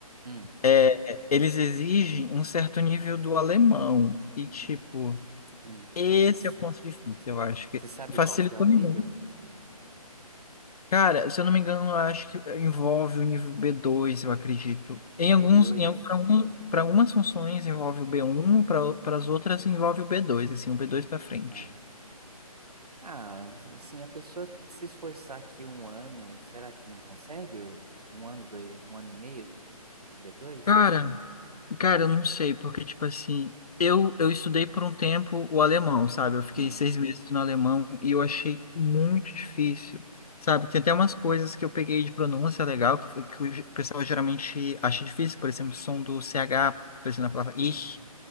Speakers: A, on the right; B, on the left.
A: Hum.
B: É, eles exigem um certo nível do alemão. E tipo,
A: Hum.
B: esse
A: Você
B: é o ponto difícil, eu acho que
A: sabe
B: facilitou
A: qual que é o
B: nenhum.
A: nível?
B: Cara, se eu não me engano, acho que envolve o nível b dois eu acredito. Em
A: b
B: alguns,
A: dois,
B: em, al- algum, para algumas funções envolve o b um para as outras envolve o b dois assim, o b dois para frente.
A: Ah, ah, assim, a pessoa se esforçar aqui um ano, será que não consegue? o- Um ano, dois, um ano e meio? O b dois,
B: Cara,
A: será?
B: cara, eu não sei, porque, tipo assim, eu, eu estudei por um tempo o alemão, sabe? Eu fiquei
A: Hum,
B: seis meses no alemão e eu achei muito difícil, sabe? Tem até umas coisas que eu peguei de pronúncia legal, que foi que o pessoal geralmente acha difícil, por exemplo, o som do CH, por exemplo, na palavra
A: sim.
B: ich,